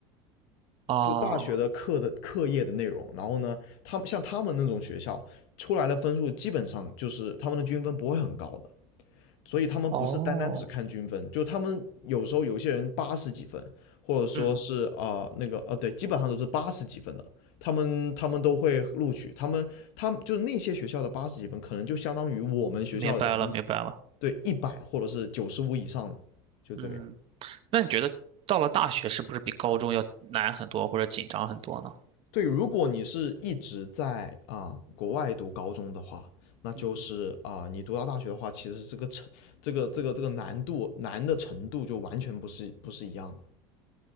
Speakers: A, on the right; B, on the left.
A: 哦，
B: 就大学的课的课业的内容。然后呢，他们像他们那种学校出来的分数，基本上就是他们的均分不会很高的。所以他们不是单单只看均分，
A: 哦，
B: 就他们有时候有些人八十几分，或者说是啊、
A: 嗯，
B: 呃那个哦、对，基本上都是八十几分的，他们他们都会录取，他们他们就那些学校的八十几分，可能就相当于我们学校已经
A: 明白了，明白了。
B: 对一百或者是九十五以上的，就这个样。
A: 嗯，那你觉得到了大学是不是比高中要难很多或者紧张很多呢？
B: 对，如果你是一直在啊、呃国外读高中的话，那就是啊、
A: 嗯。
B: 呃你读到大学的话，其实这个程这个这个这个难度难的程度就完全不是不是一样的。